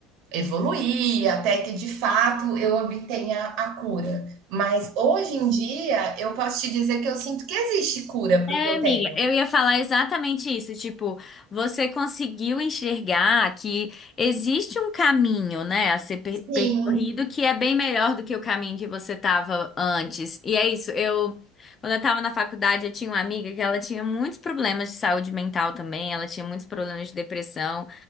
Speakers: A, on the right (about 55°); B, on the left (about 20°).
A: evoluir até que de fato eu obtenha a cura. Mas hoje em dia eu posso te dizer que eu sinto que existe cura para
B: É,
A: o que eu
B: amiga,
A: tenho.
B: eu ia falar exatamente isso. Tipo, você conseguiu enxergar que existe um caminho, né, a ser per-
A: Sim,
B: percorrido que é bem melhor do que o caminho que você tava antes. E é isso. Eu, quando eu tava na faculdade, eu tinha uma amiga que ela tinha muitos problemas de saúde mental também, ela tinha muitos problemas de depressão.